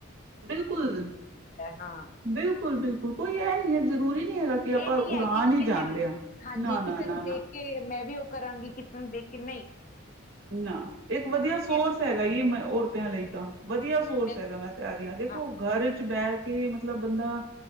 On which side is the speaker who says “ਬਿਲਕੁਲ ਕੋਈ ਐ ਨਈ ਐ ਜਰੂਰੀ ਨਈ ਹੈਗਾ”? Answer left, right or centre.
Right